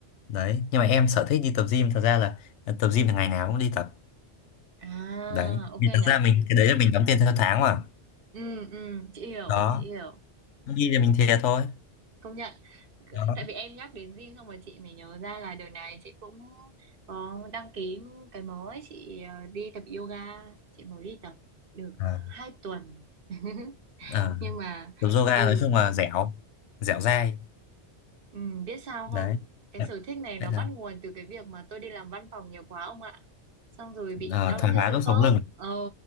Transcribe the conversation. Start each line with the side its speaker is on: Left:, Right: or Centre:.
Left: đấy nhưng mà em sở thích đi tập gym thật ra là ờ, tập gym là ngày nào cũng đi tập
Right: À,
Left: đấy
Right: ok
Left: vì thật
Right: nhở
Left: ra mình cái đấy là mình đóng tiền theo tháng mà
Right: Ừ, ừ, chị hiểu,
Left: đó
Right: chị hiểu.
Left: không đi thì mình thiệt thôi
Right: Công nhận.
Left: đó
Right: Tại vì em nhắc đến gym xong rồi chị mới nhớ ra là đợt này chị cũng có đăng ký cái mới. Chị ờ, đi tập yoga, chị mới đi tập được
Left: à,
Right: ờ, hai tuần. <laughs>
Left: à,
Right: Nhưng mà
Left: tập yoga
Right: ừ
Left: nói chung là dẻo dẻo dai
Right: Ừ, biết sao
Left: đấy
Right: không? Cái sở thích này nó
Left: Đấy
Right: bắt
Left: sao?
Right: nguồn từ cái việc mà tôi đi làm văn phòng nhiều quá ông ạ. Xong rồi bị
Left: Ờ,
Right: đau
Left: thoái
Right: nhức
Left: hóa
Right: xương
Left: đốt
Right: khớp.
Left: sống lưng
Right: Ờ,